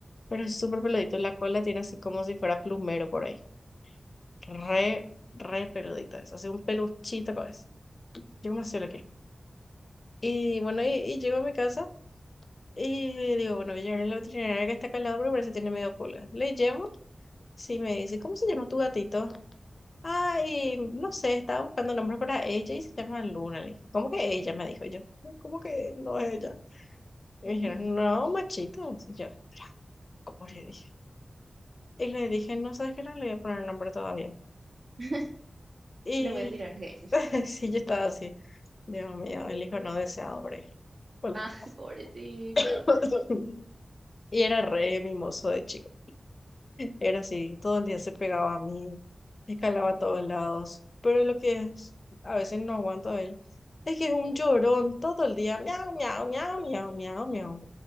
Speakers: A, on the left (about 50°); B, on the right (about 65°).
A: pero es súper peludito. La cola tiene así como si fuera plumero por ahí. Re, re peludito eso, así un peluchito con eso. Yo como así lo quiero. Y bueno, y, y llego a mi casa. Y le digo, bueno, voy a llevarle a la veterinaria que está acá al lado porque parece que tiene medio pulga. Le llevo, sí, me dice, ¿cómo se llama tu gatito? Ay, no sé, estaba buscando nombres para ella y se llama Luna. Le dije, ¿cómo que ella? Me dijo yo. No, ¿Cómo que no es ella? Y
B: Ujú.
A: me dijeron, no, machito. Y yo, "Pero, ¿cómo le dije? Y le dije, no, ¿sabes qué? No le voy a poner nombre todavía.
B: <laughs>
A: Y
B: Le voy a tirar hate. <laughs>
A: <laughs> sí, yo estaba así. Dios mío, el hijo no deseado, hombre. Hola.
B: Ah, pobrecito.
A: <laughs> Y era re mimoso de chico. Era así, todo el día se pegaba a mí, escalaba a todos lados. Pero lo que es, a veces no aguanto a él, es que es un llorón todo el día, miau, miau, miau, miau, miau, miau.